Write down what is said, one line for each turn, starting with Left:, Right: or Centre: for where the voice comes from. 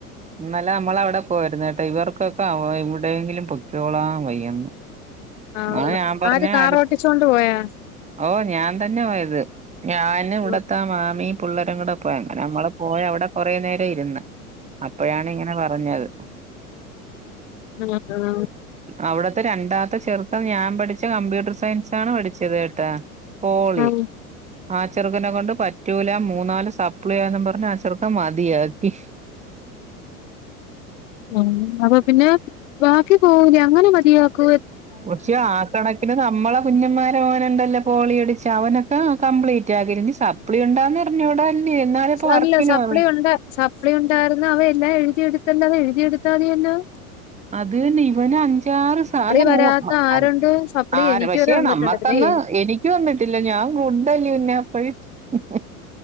Right: ഇന്നലെ നമ്മളവിടെ പോയിരുന്നു കേട്ടാ ഇവർക്കൊക്കെ എവിടെയെങ്കിലും പൊക്കോളാൻ വയ്യന്ന്.
Left: ആ
Right: അ ഞാൻ പറഞ്ഞ
Left: ആര് കാർ
Right: അടു
Left: ഓട്ടിച്ചോണ്ട് പോയാ
Right: ഓ ഞാൻ തന്നെ പോയത് ഞാന് ഇവിടത്തെ
Left: ഓ
Right: ആ മാമിയും പിള്ളേരും കൂടെ പോയ അങ്ങനെ നമ്മള പോയി അവിടെ കൊറ നേരം ഇരുന്ന് അപഴാണ് ഇങ്ങനെ പറഞ്ഞത്
Left: ആ ആ
Right: അവിടുത്തെ രണ്ടാത്തെ ചെറ ഞാൻ പഠിച്ച ച കമ്പ്യൂട്ടർ സയൻസാണ് പഠിച്ചത് കേട്ടാ പോളി
Left: ഉം
Right: ആ ചെറുക്കനെ കൊണ്ട് പറ്റൂല മൂന്നാല് സപ്ലിയാന്നും പറഞ്ഞ് ആ ചെറുക്കൻ മതിയാക്കി
Left: ഉം അപ്പൊ പിന്നെ ബാക്കി പോവൂലെ അങ്ങനെ മതിയാക്കോ
Right: പക്ഷെ ആ കണക്കിന് നമ്മളെ കുഞ്ഞന്മാരെ <unintelligible> പോളി പഠിച്ച് അവനൊക്കെ കപ്ലീറ്റ് ആക്കി ഇനി സപ്ളി ഉണ്ടന്നറിഞ്ഞൂടാ എന്നാലെ ഇപ്പോ വർക്കിന്
Left: അല്ല സപ്ലി
Right: പോവാ അവൻ
Left: ഉണ്ട് സപ്ലി ഉണ്ടായിരുന്നു അവൻ എല്ലാം എഴുതിയെടുക്കേണ്ടത് എഴതിയെടുക്കാതെ എന്നാവും
Right: അത് തന്നെ ഇവൻ അഞ്ചു - <unintelligible>
Left: വരാത്ത
Right: <inaudible> മ
Left: ആരുണ്ട് സപ്ലി
Right: ആ
Left: എനിക്ക്
Right: പക്ഷേ
Left: വരെ വന്നിട്ടുണ്ട്
Right: നമ്മക്കന്ന്
Left: പിന്നെ
Right: എനിക്ക് വന്നിട്ടില്ല ഞാൻ ഫുഡഡല്ലന്നപ്പഴ <unintelligible>